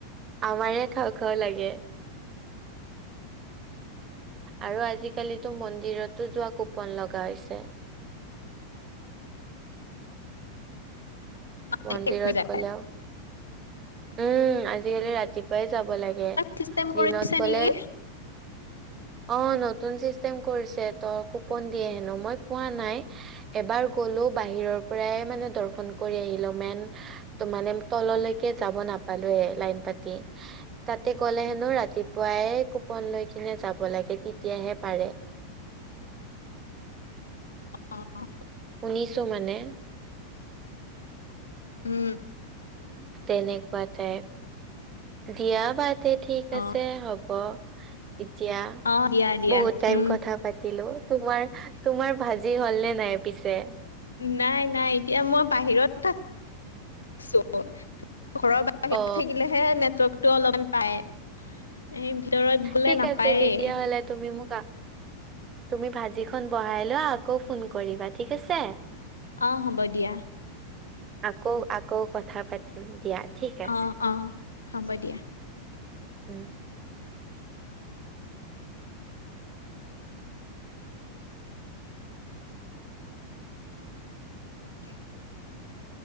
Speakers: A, on the right; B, on the left.
A: আমাৰে খাও খাও লাগে। আৰু আজিকালিতো মন্দিৰতো যোৱা কুপন লগা হৈছে।
B: শেষ
A: মন্দিৰত
B: হৈ যায়
A: গ'লে আও। উম, আজিকালি ৰাতিপুৱাই যাব লাগে
B: চিষ্টেম কৰিছে
A: দিনত গ'লে
B: নেকি
A: অ নতুন চিষ্টেম কৰিছে ত কুপন দিয়ে হেনো, মই পোৱা নাই। এবাৰ গলো বাহিৰৰ পৰাই মানে দৰ্শন কৰি আহিলো মেন ত মানে তললৈকে যাব নাপালোয়ে লাইন পাতি তাতে গ'লে হেনো ৰাতিপুৱাই কু- পন লৈ কিনে যাব লাগে তেতিয়াহে পাৰে।
B: অহ
A: শুনিছোঁ মানে।
B: উম'।
A: তেনেকুৱাতে, দিয়া বা তে, ঠিক আছে,
B: অ
A: হ'ব এতিয়া,
B: অ দিয়া দিয়া
A: বহুত টাইম
B: উম
A: কথা পাতিলো। তোমাৰ তোমাৰ ভাজি, হ'ল নে নাই পিছে?
B: নাই-নাই, এতিয়া মই বাহিৰত আ ছো, ঘৰৰ বাহিৰত বাহিৰত
A: অ
B: থাকিলেহে নেটৱৰ্কটো অলপমান পায়। এই ভিতৰত গলে
A: ঠিক
B: নাপায়েই
A: আছে তেতিয়া হ'লে, তুমি মোক, তুমি ভাজিখন বঢ়াই লোৱা। আকৌ ফোন কৰিবা, ঠিক আছে?
B: অ হ'ব দিয়া
A: আকৌ-আকৌ, কথা পাতিম দিয়া। ঠিক আছে
B: অ-অ, হ'ব দিয়া।
A: উম'।
B: সেই